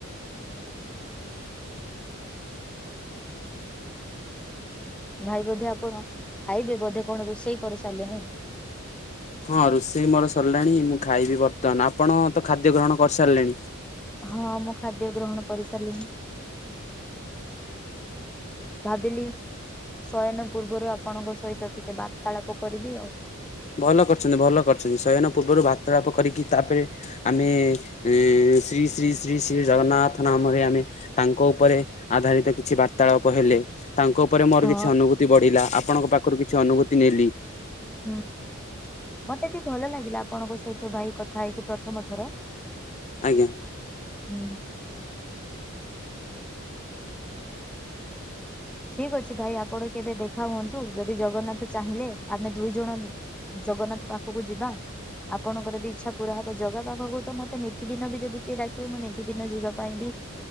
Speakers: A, in the centre; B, on the left (about 30°).
A: ଭାଇ ବୋଧେ ଆପଣ ଖାଇବେ ବୋଧେ କଣ ରୋଷେଇ କରି ସାରିଲେନି।
B: ହଁ ରୋଷେଇ ମୋର ସରିଲାଣି। ମୁଁ ଖାଇବି ବର୍ତ୍ତମାନ। ଆପଣ ତ ଖାଦ୍ୟ ଗ୍ରହଣ କରିସାରିଲେଣି।
A: ହଁ ମୁଁ ଖାଦ୍ୟ ଗ୍ରହଣ କରିସାରିଲିଣି। ଭାବିଲି ଶୟନ ପୂର୍ବରୁ ଆପଣଙ୍କ ସହିତ ଟିକେ ବାର୍ତ୍ତାଳାପ କରିବି ଆଉ।
B: ଭଲ କରିଚନ୍ତି ଭଲ କରିଚନ୍ତି ଶୟନ ପୂର୍ବରୁ ବାର୍ତ୍ତାଳାପ କରିକି ତାପରେ ଆମେ ଏଁ ଶ୍ରୀ ଶ୍ରୀ ଶ୍ରୀ ଶ୍ରୀ ଜଗନ୍ନାଥ ନାମରେ ଆମେ ତାଙ୍କ ଉପରେ ଆଧାରିତ କିଛି ବାର୍ତାଳାପ ହେଲେ। ତାଙ୍କ ଉପରେ ମୋର
A: ହଁ
B: କିଛି ଅନୁଭୂତି ବଢିଲା ଆପଣଙ୍କ ପାଖରୁ କିଛି ଅନୁଭୂତି ନେଲି।
A: ହୁଁ ମତେ ବି ଭଲ ଲାଗିଲା ଆପଣଙ୍କ ସହିତ ଭାଇ କଥା ହେଇକି ପ୍ରଥମ ଥର।
B: ଆଜ୍ଞା।
A: ହୁଁ। ଠିକ ଅଛି ଭାଇ ଆପଣ କେବେ ଦେଖା ହୁଅନ୍ତୁ ଯଦି ଜଗନ୍ନାଥ ଚାହିଁଲେ ଆମେ ଦୁଇ ଜଣ ଜଗନ୍ନାଥ ପାଖକୁ ଯିବା। ଆପଣଙ୍କର ବି ଇଚ୍ଛା ପୁରା ହବ ଜଗା ପାଖକୁ ତ ମତେ ନିୀତିଦିନ ବି ଯଦି କିଏ ଡକିବେ ମୁଁ ନିତିଦିନ ଯିବା ପାଇଁ ବି।